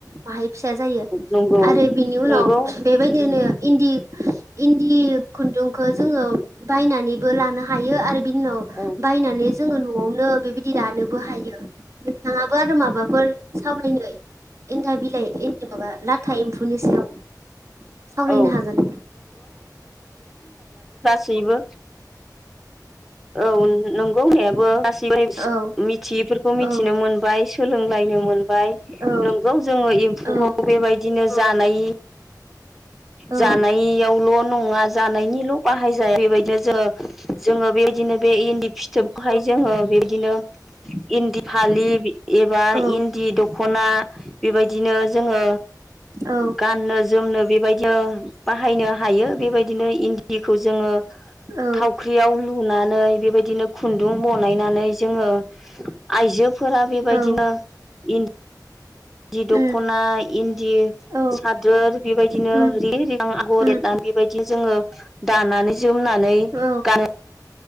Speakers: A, on the right (about 40°); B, in the centre.
A: बाहाय फिसा जायो
B: नंगौ
A: आरो बिनि
B: नंगौ
A: उनाव बेबायदिनो
B: उम
A: इन्दि इन्दि खुन्दुंखौ जोङो बायनानैबो लानो हायो आरो बिनि उनाव
B: औ
A: माने जोङो न'आवनो बेबायदि दानोबो हायो। नोंथाङाबो आरो माबाफोर सावरायनो एन्दा बिलाइ माबा लाथा एम्फौनि सायाव सावरायनो
B: औ
A: हागोन।
B: सैबो औ नोंगौ होननायाबो <unintelligible>
A: औ
B: मिथियैफोरखौ मिथिनो
A: औ
B: मोनबाय सोलोंलायनो मोनबाय
A: औ
B: नंगौ जोङो एम्फौखौ
A: औ
B: बेबायदिनो जानाय
A: औ
B: जानायावल' नङा जानायनिल' बाहाय जाया बेबायदिनो जोङो जोङो बेबायदिनो बे इन्दि फिथोबखौहाय जोङो बेबायदिनो इन्दि फालि बि एबा
A: औ
B: इन्दि द ख'ना बेबायदिनो जोङो
A: औ
B: गाननो जोमनो बे नो बाहायनो हायो बेबायदिनो इन्दिखौ जोङो
A: औ
B: थावख्रियाव लुनानै बेबायदिनो खुन्दुं बनायनानै जोङो आइजोब फोरा बेबायदिनो
A: औ
B: इन दि
A: उम
B: दख'ना इन्दि
A: औ
B: सादोर बेबायदिनो
A: उम
B: रिगि रेगां आगर
A: उम
B: एरना बेबायदि जोङो। दानानै जोमनानै
A: औ
B: गानो।